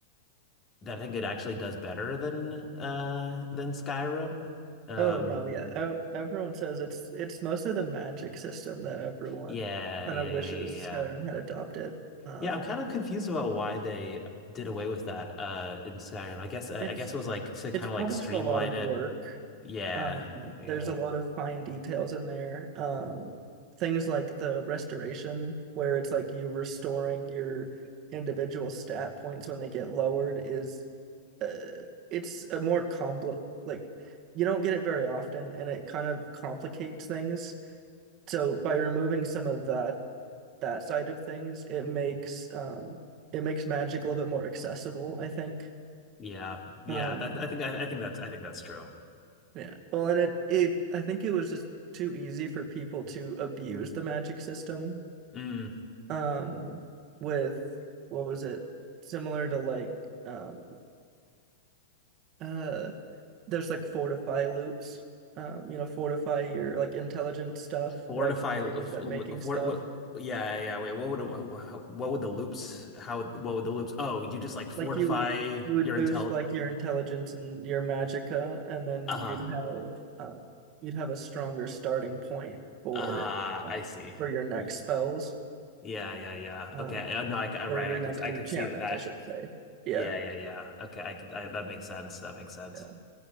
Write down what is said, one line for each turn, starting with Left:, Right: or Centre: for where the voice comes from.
Left: that I think it actually does better than uh than Skyrim. Um,
Right: Oh no, yeah. ev- Everyone says it's it's mostly the magic system that everyone
Left: yeah,
Right: kind
Left: yeah,
Right: of wishes
Left: yeah, yeah. Yeah,
Right: Skyrim had adopted. Um,
Left: Yeah, I'm kind of confused about why they did away with that uh in Skyrim. I guess I,
Right: it's
Left: I guess it was like to kind
Right: it's probably
Left: of like streamline
Right: just a lot of
Left: it.
Right: work.
Left: Yeah,
Right: Um,
Left: yeah,
Right: there's a lot of fine details in there. Um, things like the restoration, where it's like you restoring your individual stat points when they get lowered, is uh, it's a more complex like you don't get it very often, and it kind of complicates things. So by removing some of that that side of things, it makes um it makes magic a little bit more accessible, I think.
Left: yeah, yeah.
Right: Um
Left: That I think I, I think that's I think that's true.
Right: yeah. Well, and it it I think it was just too easy for people to abuse the magic system.
Left: Mm.
Right: Um with what was it? Similar to like um uh there's like fortify loops. Um, you know, fortify your like intelligent stuff
Left: Fortify,
Right: right before
Left: f-
Right: you end up
Left: l-
Right: making
Left: for,
Right: stuff.
Left: what, yeah, yeah, wait, what would, what, what would the loops, how, would what would the loops, oh, you just like fortify
Right: Like you would you would
Left: your
Right: boost
Left: intel,
Right: like your intelligence and your magicka, and then
Left: uh-huh,
Right: you'd have uh, you'd have a stronger starting point for
Left: uh,
Right: um,
Left: I see.
Right: for your next
Left: Y-
Right: spells,
Left: Yeah, yeah, yeah,
Right: uh,
Left: okay, uh, no, I, I, right,
Right: for your
Left: I could,
Right: next
Left: I
Right: enchantment,
Left: could see that, that,
Right: I should say. Yeah,
Left: yeah, yeah, yeah, okay, I could, I, that makes sense, that makes sense.
Right: yeah.